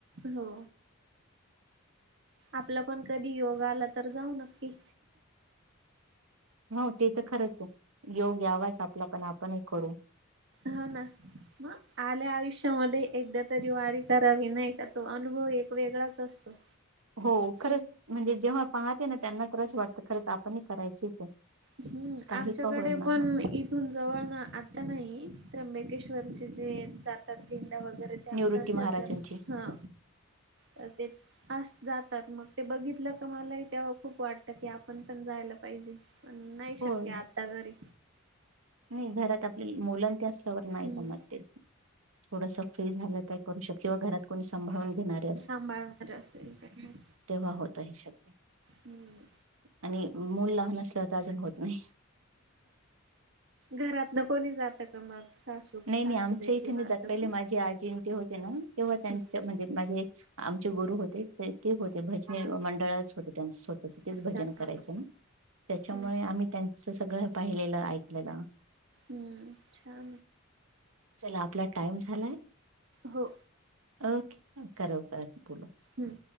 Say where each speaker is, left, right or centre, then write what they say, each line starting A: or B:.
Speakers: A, on the right (about 60°); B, on the right (about 80°).
A: हो आपलं पण कधी योग आला तर जाऊ नक्की
B: हो ते तर खरंच आहे योग यावास आपला पण आपणही करू
A: होा ना म आल्या आयुष्यामध्ये एकदा तरी वारी करावी नाही का तो अनुभव एक वेगळाच असतो
B: हो खरंच म्हणजे जेव्हा पाहते ना त्यांना खरच वाटतं खरंच आपणही करायचीच आहे
A: हम्म
B: काही
A: आमच्याकडे
B: का होईना
A: पण
B: हा
A: इ तु जवळ ना आता नाही त्र्यंबकेश्वरचे जे जातात पंडा वगैरे ते आमचर
B: निवृत्ती महाराजांची
A: हा तर ते अस जातात मग ते बघितलं का मलाही तेव्हा खूप वाटतं की आपण पण जायला पाहिजे पण नाही
B: हो
A: शक्य आता घरी
B: नाही घरात आपल्या मुलंं ते असल्यावर नाही
A: हम्म
B: जमत थोडस फ्री झालं का करू शकत किंवा घरात कोणी सांभाळून घेणार
A: सांभाळणार असेल तर मग
B: तेव्हा होतही शक्य
A: हम्म
B: आणि मूल लहान असल्यावर तर अजून होत नाही
A: घरात न कोणी जात का मग सासू सासरे
B: नाही नाही आमच्या इथे
A: किंवा असं
B: जात पहिले
A: कोणी?
B: माझी आजी ते होते ना तेव्हा त्यांच्या
A: हम्म
B: म्हणजे म्हणजे आमचे गुरु होते ते होते भजनी मंडळच होते त्यांच स्त तिेच
A: अच्छा
B: भजन
A: हा
B: करायचे
A: हा.
B: ना त्याच्यामुळे
A: हम्म
B: आम्ही त्यांचं सगळं पाहिलेलं ऐकलेलं
A: अछ्या
B: चला आपला टाइम झालाय
A: हो
B: ओके कव कर बोल
A: हम्म